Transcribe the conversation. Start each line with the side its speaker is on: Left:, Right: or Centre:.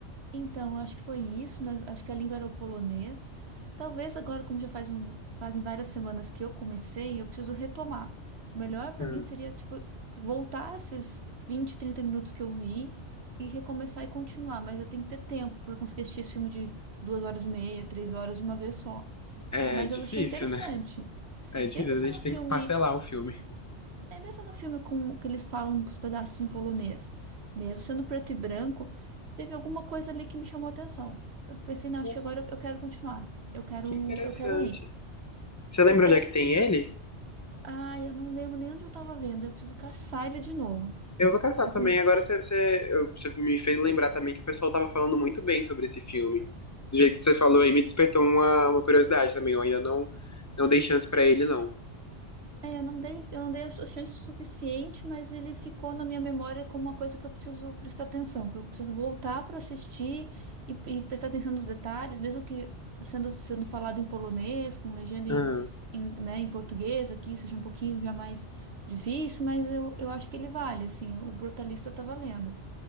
Right: Então, acho que foi isso, né? Acho que a língua era o polonês. Talvez agora, como já faz um- fazem várias semanas que eu comecei, eu preciso retomar. O melhor para
Left: Uhum.
Right: mim seria, tipo, voltar esses 20 30 minutos que eu vi e recomeçar e continuar, mas eu tenho que ter tempo para conseguir assistir esse filme de duas horas e meia, três horas de uma vez só.
Left: É
Right: Mas
Left: difícil,
Right: eu achei interessante.
Left: né? É difícil,
Right: Mesmo
Left: às
Right: sendo
Left: vezes a gente
Right: um filme.
Left: tem que parcelar um filme.
Right: É mesmo no filme com que eles falam os pedaços em polonês, mesmo sendo preto e branco, teve alguma coisa ali que me chamou a atenção. Eu pensei, não,
Left: Nossa,
Right: chegou agora eu eu quero continuar. Eu quero,
Left: que interessante.
Right: eu quero ir.
Left: Você lembra
Right: Então,
Left: onde é que tem ele?
Right: ai, eu não lembro nem onde eu tava vendo. Eu preciso caçar ele de novo.
Left: Eu vou caçar
Right: Eu
Left: também.
Right: come-
Left: Agora você, você, eu- você me fez lembrar também que o pessoal tava falando muito bem sobre esse filme. Do jeito que você falou aí, me despertou uma, uma curiosidade também. Eu ainda não, não dei chance pra ele, não.
Right: É, eu não dei, eu não dei a su- chance suficiente, mas ele ficou na minha memória como uma coisa que eu preciso prestar atenção, que eu preciso voltar para assistir e, e prestar atenção nos detalhes, mesmo que sendo, sendo falado em polonês, com legenda
Left: Aham.
Right: em, em, né, em português aqui, seja um pouquinho já mais difícil, mas eu, eu acho que ele vale, assim, o Brutalista tá valendo.